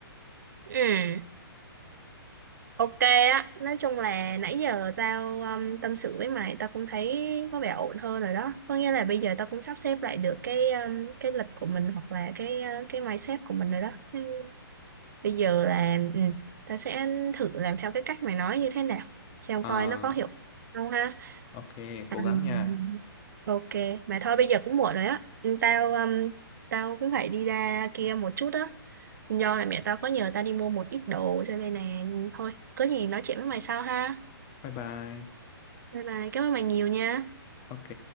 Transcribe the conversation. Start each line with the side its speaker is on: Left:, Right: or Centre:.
Right: Ừ. Ok á, nói chung là nãy giờ tao um, tâm sự với mày, tao cũng thấy có vẻ ổn hơn rồi đó. Có nghĩa là bây giờ tao cũng sắp xếp lại được cái um, cái lịch của mình hoặc là cái uh, cái mindset của mình rồi đó. Ừ. Bây giờ là ừ, tao sẽ thử làm theo cái cách mày nói như thế nào, xem
Left: Ờ,
Right: coi nó có hiệu quả không ha.
Left: ok, cố
Right: Ừ.
Left: gắng nha.
Right: Ok, mà thôi bây giờ cũng muộn rồi á. Ừ, Tao um, tao cũng phải đi ra kia một chút á. Do là mẹ tao có nhờ tao đi mua một ít đồ cho nên là thôi, có gì nói chuyện với mày sau ha.
Left: Bye bye.
Right: Bye bye, cảm ơn bạn nhiều nha.
Left: Ok.